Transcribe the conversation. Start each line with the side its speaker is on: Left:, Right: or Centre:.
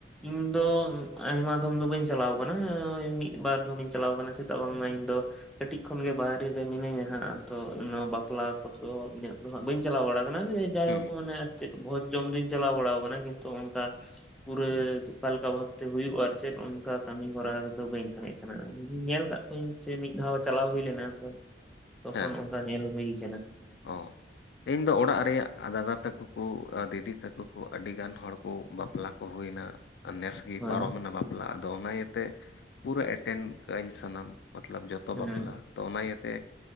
Centre: ᱤᱧ ᱫᱚ ᱟᱭᱢᱟ ᱫᱷᱚᱢ ᱫᱚ ᱵᱟᱹᱧ ᱪᱟᱞᱟᱣ ᱟᱠᱟᱱᱟ ᱢᱤᱫᱵᱟᱨ ᱫᱷᱚᱢ ᱤᱧ ᱪᱟᱞᱟᱣ ᱟᱠᱟᱱᱟ ᱥᱮᱛᱟᱜ ᱵᱟᱝᱢᱟ ᱤᱧ ᱫᱚ᱾ ᱠᱟᱹᱴᱤᱡ ᱠᱷᱚᱱᱜᱮ ᱵᱟᱭᱨᱮ ᱨᱮ ᱢᱤᱱᱟᱹᱧᱟ ᱦᱟᱸᱜ ᱟᱫᱚ ᱱᱚᱶᱟ ᱵᱟᱯᱞᱟ ᱠᱚᱫᱚ ᱛᱚ ᱤᱧᱟᱹᱜ ᱫᱚ ᱦᱟᱜ ᱵᱟᱹᱧ ᱪᱟᱞᱟᱣ ᱵᱟᱲᱟ ᱟᱠᱟᱱᱟ ᱡᱟᱭᱦᱳᱠ
Left: ᱦᱩᱸ
Centre: ᱢᱟᱱᱮ ᱪᱮᱫ ᱵᱷᱚᱡᱽ ᱡᱚᱢ ᱫᱚᱧ ᱪᱟᱞᱟᱣ ᱵᱟᱲᱟ ᱟᱠᱟᱱᱟ ᱠᱤᱱᱛᱩ ᱚᱱᱠᱟ ᱯᱩᱨᱟᱹ ᱚᱠᱟᱞᱮᱠᱟ ᱵᱷᱟᱵᱛᱮ ᱦᱩᱭᱩᱜᱼᱟ ᱟᱨ ᱪᱮᱫ ᱚᱱᱠᱟ ᱠᱟᱹᱢᱤ ᱦᱚᱨᱟ ᱨᱮᱫᱚ ᱵᱟᱹᱧ ᱛᱟᱦᱮᱸᱮᱫ᱾ ᱤ ᱧᱮᱞ ᱟᱠᱟᱫ ᱠᱚᱣᱟᱧ ᱡᱮ ᱢᱤᱫ ᱫᱷᱟᱣ ᱪᱟᱞᱟᱣ ᱦᱩᱭ ᱞᱮᱱᱟ ᱛᱚ᱾ ᱛᱚᱠᱷᱚᱱ
Left: ᱦᱮᱸ
Centre: ᱚᱱᱠᱟ ᱧᱮᱞ ᱦᱩᱭ ᱟᱠᱟᱱᱟ᱾
Left: ᱚ ᱤᱧ ᱫᱚ ᱚᱲᱟᱜ ᱨᱮᱭᱟᱜ ᱫᱟᱫᱟ ᱛᱟᱠᱚ ᱠᱚ ᱫᱤᱫᱤ ᱛᱟᱠᱚ ᱠᱚ ᱟᱹᱰᱤ ᱜᱟᱱ ᱦᱚᱲ ᱠᱚ ᱵᱟᱯᱞᱟ ᱠᱚ ᱦᱩᱭ ᱱᱟ᱾ ᱱᱮᱥ ᱜᱮ
Centre: ᱦᱳᱭ
Left: ᱯᱟᱨᱚᱢᱮᱱᱟ ᱵᱟᱯᱞᱟ ᱟᱫᱚ ᱚᱱᱟ ᱤᱭᱟᱹᱛᱮ ᱯᱩᱨᱟᱹ ᱮᱴᱮᱱ ᱠᱟᱜ ᱟᱹᱧ ᱥᱟᱱᱟᱢ ᱢᱚᱛᱞᱚᱵ ᱡᱚᱛᱚ ᱛᱚ
Centre: ᱦᱮᱸ
Left: ᱵᱟᱯᱞᱟ ᱛᱚ ᱚᱱᱟ ᱤᱭᱟᱹᱛᱮ